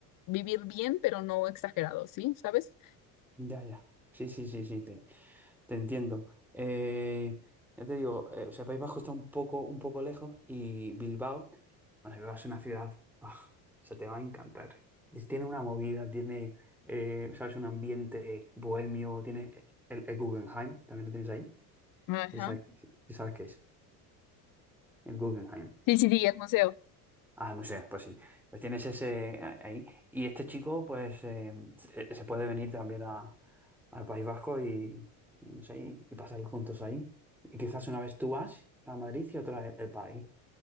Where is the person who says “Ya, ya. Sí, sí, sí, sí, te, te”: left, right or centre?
Centre